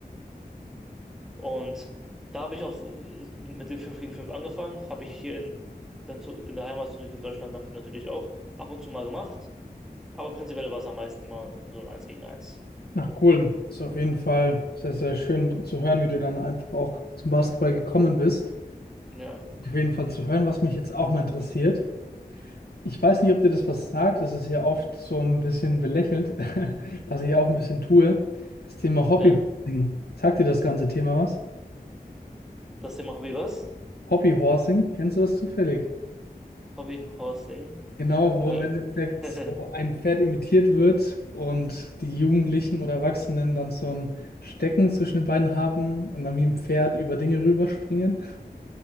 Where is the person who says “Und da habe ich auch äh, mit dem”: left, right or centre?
Centre